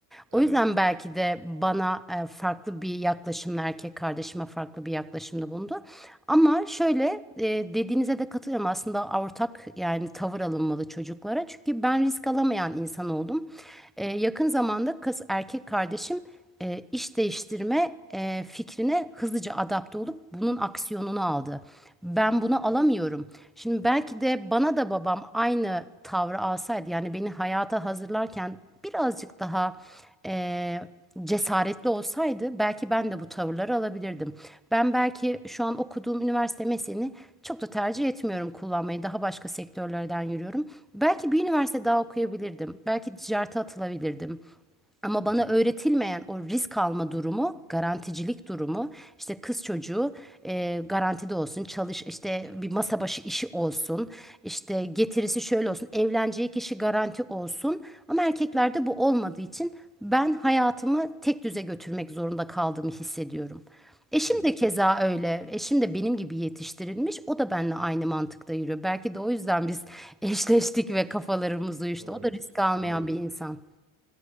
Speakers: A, on the right; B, in the centre.
A: Evet.
B: O Evet. yüzden belki de bana e, farklı bir yaklaşımla erkek kardeşime farklı bir yaklaşımda bulundu. Ama şöyle e, dediğinize de katılıyorum aslında ortak yani tavır alınmalı çocuklara. Çünkü ben risk alamayan insan oldum. E, yakın zamanda kız erkek kardeşim e, iş değiştirme e, fikrine hızlıca adapte olup bunun aksiyonunu aldı. Ben bunu alamıyorum. Şimdi belki de bana da babam aynı tavrı alsaydı yani beni hayata hazırlarken birazcık daha e, cesaretli olsaydı belki ben de bu tavırları alabilirdim. Ben belki şu an okuduğum üniversite mesleğini çok da tercih etmiyorum kullanmayı. Daha başka sektörlerden yürüyorum. Belki bir üniversite daha okuyabilirdim. Belki ticarete atılabilirdim. Ama
A: Hı
B: bana
A: hı.
B: öğretilmeyen o risk alma durumu, garanticilik durumu, işte kız çocuğu e, garantide olsun, çalış işte bir masa başı işi olsun, işte getirisi şöyle olsun, evleneceği kişi garanti olsun. Ama erkeklerde bu olmadığı için ben hayatımı tek düze götürmek zorunda kaldığımı hissediyorum. Eşim
A: Evet.
B: de keza öyle. Eşim de benim gibi yetiştirilmiş. O da benimle aynı mantıkta yürüyor. Belki de o yüzden biz <laughs> eşleştik ve kafalarımız uyuştu.
A: Olabilir.
B: O da risk almayan
A: Olabilir.
B: bir insan.